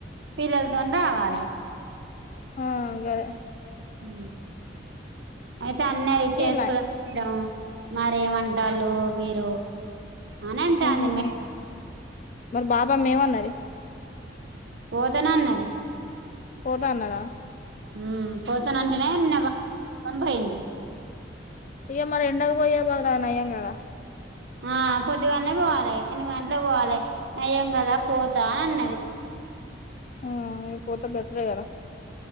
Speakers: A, on the right (about 70°); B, on the left (about 40°).
A: పిల్లలతో రావాలె,
B: ఆ గాదె,
A: హు అయితే, అన్నది చేస్తందా
B: ఈన్నాయ్
A: మేడం, మరే ఎమంటారు మీరు, అని అంటాంది
B: ఆహాహా
A: మేడం,
B: మరి బాపమ్మ ఏమన్నది,
A: పోత నాన్నది,
B: పోతాన్నదా,
A: హు పోతానంటేనే ని పోయింది
B: ఇగ మరి ఎండకపోయ బదలు అది నయం కదా,
A: ఆ పొదిదుగాలనే పోవాలి ఏనిమీ, ఎండకు పోవాలే నయం కదా పోతా అన్నది
B: ఉ పోతే బె టరే కదా